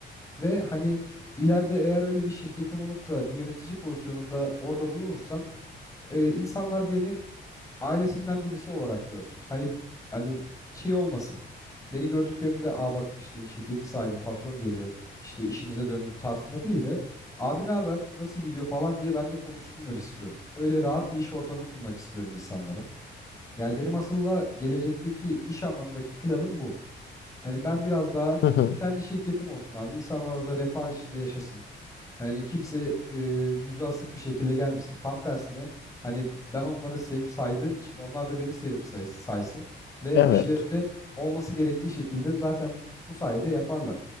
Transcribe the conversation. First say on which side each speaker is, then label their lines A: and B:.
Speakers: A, on the left; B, on the left.
A: Ve hani ileride eğer öyle bir şirketim olup da bir yönetici pozisyonunda orada bulunursam e, insanlar beni ailesinden birisi olarak görsün. Hani hani şey olmasın. Beni gördüklerinde aa bak işte şirketin sahibi patron geliyor. İşte işinize dönün tarzında değil de abi ne haber nasıl gidiyor falan diye ben de konuşsunlar istiyorum. Öyle rahat bir iş ortamı sunmak istiyorum insanlara. Yani benim aslında gelecekteki iş anlamındaki planım bu. Hani ben biraz daha
B: hı hı.
A: kendi şirketim olsun abi. İnsanlar orada refah içinde yaşasın. Hani kimse e, yüzü asık bir şekilde gelmesin. Tam tersine hani ben onları sevip saydığım için onlar da beni sevip say saysın ve
B: Evet.
A: işlerinde olması gerektiği şekilde zaten bu sayede yaparlar.